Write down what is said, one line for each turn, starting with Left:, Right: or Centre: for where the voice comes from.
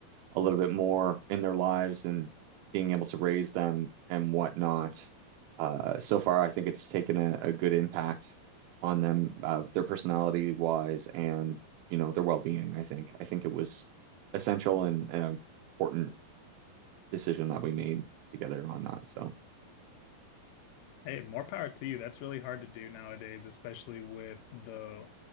Right: a little bit more in their lives and being able to raise them and whatnot. Uh, so far, I think it's taken a, a good impact on them, uh, their personality wise and, you know, their well-being, I think. I think it was essential and an important decision that we made together on that. So.
Left: Hey, more power to you. That's really hard to do nowadays, especially with the